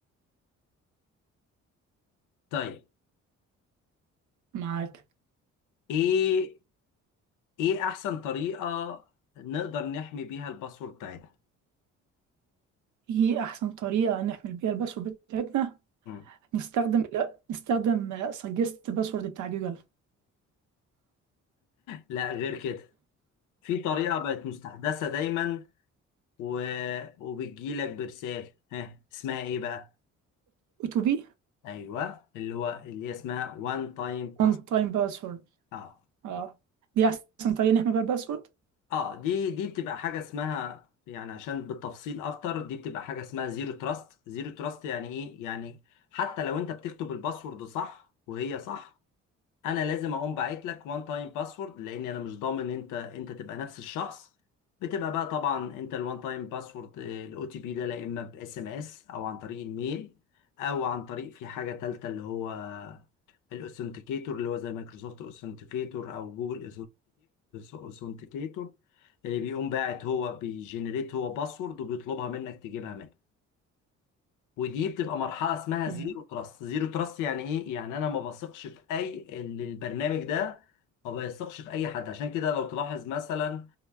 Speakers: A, on the left; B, on the right.
A: طيب
B: معاك
A: ايه ايه احسن طريقة نقدر نحمي بيها الباسورد بتاعتنا
B: إيه أحسن طريقة نحمل بيها الباسورد بتاعتنا
A: مم.
B: نستخدم لا نستخدم سجست باسورد بتاع جوجل
A: لا غير كده في طريقة بقت مستحدثة دايما و... وبتجيلك برسالة ها اسمها ايه بقى؟
B: تو بي
A: ايوه اللي هو اللي هي اسمها وان تايم باس
B: وان تايم باسورد
A: اه
B: أه دي أحسن طريقة نحمل بيها الباسورد
A: اه دي دي بتبقى حاجة اسمها يعني عشان بالتفصيل اكتر دي بتبقى حاجة اسمها زيرو تراست زيرو تراست يعني ايه؟ يعني حتى لو انت بتكتب الباسورد صح وهي صح انا لازم اقوم باعت لك وان تايم باسورد لان انا مش ضامن انت انت تبقى نفس الشخص بتبقى بقى طبعا انت الوان تايم باسورد الاو تي بي ده لا اما باس ام اس او عن طريق الميل او عن طريق في حاجه تالته اللي هو الاوثنتيكيتور اللي هو زي مايكروسوفت اوثنتيكيتور او جوجل اوثنتيكيتور اللي بيقوم باعت هو بيجنريت هو باسورد وبيطلبها منك تجيبها منه ودي بتبقى مرحله اسمها
B: تمام
A: زيرو تراست زيرو تراست يعني ايه يعني انا ما بثقش في اي ال- البرنامج ده ما بيثقش في اي حد عشان كده لو تلاحظ مثلا